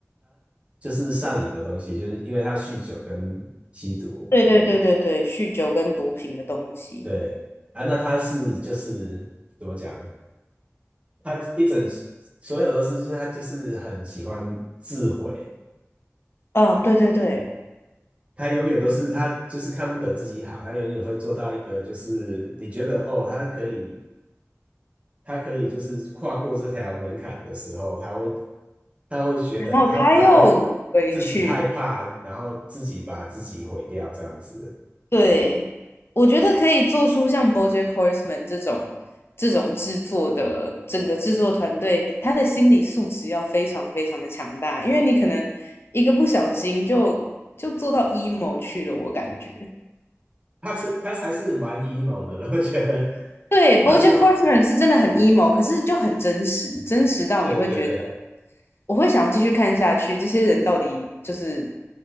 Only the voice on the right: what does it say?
就是上瘾的东西，就是因为他酗酒跟吸毒，
对啊，那他是就是怎么讲？他一整所有都是，就是他就是很喜欢自毁，
他永远都是他就是看不得自己好，他永远会做到一个就是你觉得哦，他可以，他可以就是跨过这条门槛的时候，他会他会觉得他反而会自己害怕，
然后自己把自己毁掉这样子，
他是他还是蛮 emo 的，<laughs> 我觉得
他是
对对对，